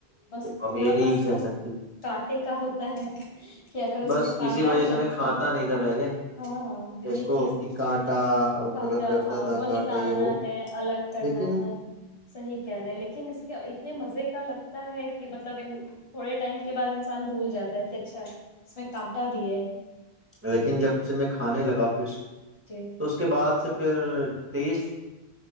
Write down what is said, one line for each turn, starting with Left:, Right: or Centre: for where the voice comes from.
Left: بس
Right: ہم
Left: تھوڑا
Right: یہ نہیں
Left: مسئلہ
Right: کہہ سکتے
Left: کانٹے کا ہوتا ہے کہ اگر اس
Right: بس
Left: میں کانٹا
Right: اسی وجہ سے
Left: ہ
Right: میں کھاتا
Left: ہ
Right: نہیں تھا پہلے
Left: ہاں
Right: اس
Left: یہ
Right: کو
Left: چیز
Right: کہ کانٹا
Left: ل <unintelligible> کاتا
Right: مطلب ڈرتا
Left: ہاں
Right: تھا
Left: وہ نکالنا
Right: کانٹا یہ وہ
Left: ہے الگ کرنا
Right: لیکن
Left: ہے صحیح کہہ رہے لیکن اس کے اتنے مزے کا <inaudible> ہے کہ مطلب تھوڑے ٹائم کے بعد انسان بھول جاتا ہے کہ اچھا اس میں کانٹا بھی ہے <inaudible> ہ
Right: لیکن جب سے میں کھانے لگاتی <unintelligible> خچش
Left: جی
Right: تو اس کے بعد سے پھر تیس